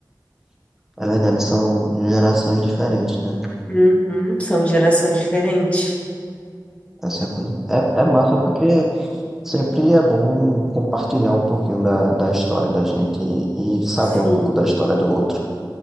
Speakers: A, in the centre; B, on the left (about 15°).
A: É verdade, são gerações diferentes, né?
B: Uhum, são gerações diferentes.
A: Essa é a coisa. É, é massa porque sempre é bom compartilhar um pouquinho da, da história da gente e, e saber
B: Sim.
A: um pouco da história do outro.